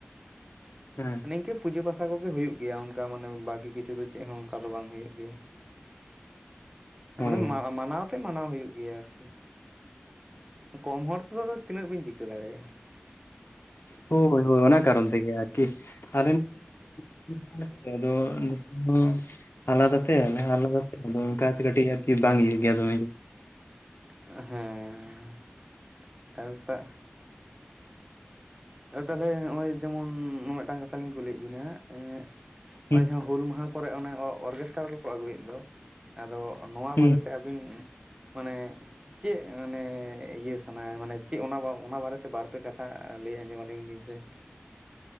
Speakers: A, on the left (about 65°); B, on the right (about 20°).
A: ᱦᱮᱸ᱾
B: ᱤᱝᱠᱟᱹ ᱯᱩᱡᱟᱹ ᱯᱟᱥᱟ ᱠᱚᱜᱮ ᱦᱩᱭᱩᱜ ᱜᱮᱭᱟ ᱚᱱᱠᱟ ᱢᱟᱱᱮ ᱵᱟᱠᱤ ᱠᱤᱪᱷᱩ ᱫᱚ ᱪᱮᱜ ᱦᱚᱸ ᱚᱱᱠᱟ ᱫᱚ ᱵᱟᱝ ᱦᱩᱭᱩᱜ ᱜᱮᱭᱟ᱾
A: ᱦᱮᱸ
B: ᱢᱟᱱᱮ ᱢᱟᱱᱟᱣᱛᱮᱜ ᱢᱟᱱᱟᱣ ᱦᱩᱭᱩᱜ ᱜᱮᱭᱟ ᱟᱨᱠᱤ᱾ ᱠᱚᱢ ᱦᱚᱲ ᱛᱮᱫᱚ ᱟᱫᱚ ᱛᱤᱱᱟᱹᱜ ᱵᱤᱱ ᱪᱤᱠᱟᱹ ᱫᱟᱲᱮᱭᱟᱜ-ᱟ᱾
A: ᱦᱳᱭ ᱦᱳᱭ ᱚᱱᱟ ᱠᱟᱨᱚᱱ ᱛᱮᱜᱮ ᱟᱨᱠᱤ ᱟᱞᱮ ᱱᱚᱛᱮ ᱦᱚᱸ ᱟᱫᱚ᱾ <unintelligible> ᱟᱫᱚ ᱱᱚᱛᱮ ᱦᱚᱸ᱾ ᱟᱞᱟᱫᱟᱛᱮ ᱟᱞᱮ ᱦᱚᱸ ᱟᱞᱟᱫᱟᱛᱮ ᱟᱫᱚ ᱚᱝᱠᱟᱛᱮ ᱠᱟᱴᱤᱡ ᱟᱨᱠᱤ ᱵᱟᱝ ᱤᱭᱟᱹᱜ ᱜᱮᱭᱟ ᱫᱚᱢᱮ ᱡᱩᱛ᱾
B: ᱦᱮᱸ ᱦᱮᱸ ᱟᱨ ᱴᱟᱜ᱾ ᱟᱨ ᱛᱟᱦᱞᱮ ᱦᱚᱸᱜ-ᱚᱭ ᱡᱮᱢᱚᱱ ᱢᱮᱜᱴᱟᱝ ᱠᱟᱛᱷᱟ ᱞᱤᱧ ᱠᱩᱞᱤᱭᱮᱜ ᱵᱤᱱᱟ ᱮᱸ᱾
A: ᱦᱩᱸ
B: ᱦᱚᱜ-ᱚᱭ ᱡᱟᱦᱟ ᱦᱩᱞ ᱢᱟᱦᱟ ᱠᱚᱨᱮ ᱚᱱᱮ ᱚᱨᱜᱮᱥᱴᱟᱨ ᱠᱚᱠᱚ ᱟᱹᱜᱩᱭᱮᱜ ᱫᱚ ᱟᱫᱚ᱾ ᱱᱚᱣᱟ
A: ᱦᱩᱸ
B: ᱵᱟᱨᱮᱛᱮ ᱟᱵᱤᱱ ᱢᱟᱱᱮ ᱪᱮᱜ᱾ ᱮᱸ ᱢᱟᱱᱮ ᱤᱭᱟᱹ ᱥᱟᱱᱟ ᱢᱟᱱᱮ ᱪᱮᱜ ᱚᱱᱟ ᱚᱱᱟ ᱵᱟᱨᱮᱛᱮ ᱵᱟᱨᱯᱮ ᱠᱟ ᱛᱷᱟ ᱞᱟᱹᱭ ᱟᱸᱡᱚᱢ ᱟᱞᱤᱧ ᱵᱤᱱ ᱥᱮ᱾